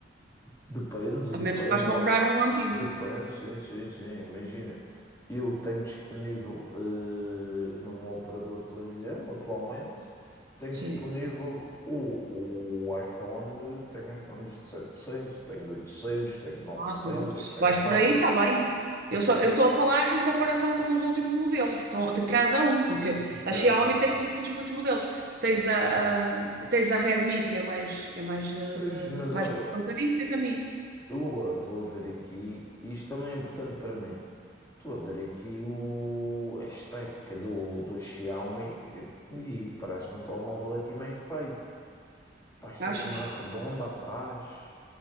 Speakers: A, on the left; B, on the right.
A: Depende, depende
B: A menos que vais
A: do
B: comprar
A: iPhone.
B: um antigo.
A: Depende, sim, sim, sim. Imagina, eu tenho disponível eh, no meu operador de televisão, atualmente, tenho
B: Sim.
A: disponível o, o iPhone, tenho iPhones de setecentos tenho de 800, tenho de 900,
B: Ah, pronto. Se
A: tenho
B: Vais
A: vários,
B: por aí, está bem. Eu só,
A: sabes?
B: eu estou a falar em comparação com os últimos modelos, que estão de cada um, porque
A: De cada
B: a Xiaomi
A: um.
B: tem
A: claro.
B: muitos, muitos modelos. Tens a, a- tens a Redmi, que é mais, é mais, eh,
A: Pois,
B: eh,
A: mas
B: mais
A: olha,
B: barata um bocadinho, tens a Mi,
A: Eu agora estou a ver aqui, isto também é importante para mim. Estou a ver aqui o, a estética do, do Xiaomi e parece-me um telemóvel aqui meio feio. Pá, esta
B: achas?
A: câmara redonda atrás.